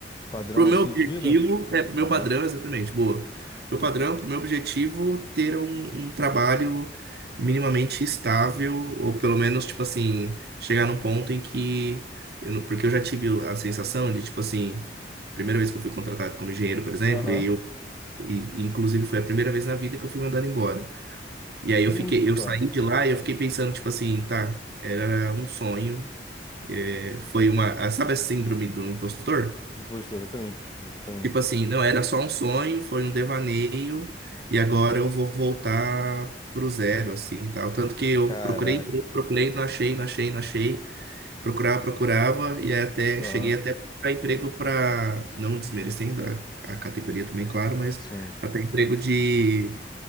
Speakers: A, on the left (about 25°); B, on the right (about 60°).
A: Padrão
B: Pro meu
A: assim
B: objetivo,
A: de vida?
B: é, pro meu
A: Aham.
B: padrão, exatamente, boa. Pro padrão, pro meu objetivo, ter um, um trabalho minimamente estável, ou pelo menos, tipo assim, chegar num ponto em que. Eu não, porque eu já tive a sensação de, tipo assim, primeira vez que eu fui contratado como engenheiro, por exemplo,
A: Aham.
B: e eu. E, inclusive, foi a primeira vez na vida que eu fui mandado embora. E aí
A: Puta.
B: eu fiquei, eu saí de lá e eu fiquei pensando, tipo assim, tá, era um sonho. é, foi uma. ah, Sabe a síndrome do impostor?
A: Depois do, exatamente. Exatamente.
B: Tipo assim, não era só um sonho, foi um devaneio, e agora eu vou voltar pro zero, assim, tal. Tanto que eu
A: Caraca.
B: procurei, procurei, não achei, não achei, não achei. Procurava, procurava, e aí até
A: Aham.
B: cheguei até para emprego para, não desmerecendo a, a categoria também, claro, mas
A: Sim.
B: até emprego de